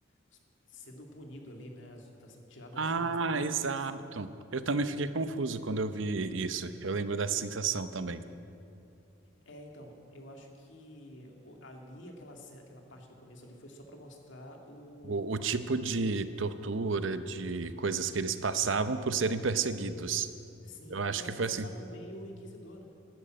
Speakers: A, on the left; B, on the right.
A: s- sendo punido ali, né? As- Tá sendo tirado
B: Ah,
A: as unhas dele,
B: exato.
A: uma coisa assim.
B: Eu também fiquei confuso quando eu vi isso. Eu lembro dessa sensação também.
A: É, então, eu acho que o- ali, aquela cena, aquela parte do começo ali foi só pra mostrar o.
B: O, o tipo de tortura, de coisas que eles passavam por serem perseguidos.
A: Sim,
B: Eu acho
A: e pra
B: que
A: apresentar
B: foi assim.
A: também o Inquisidor, né?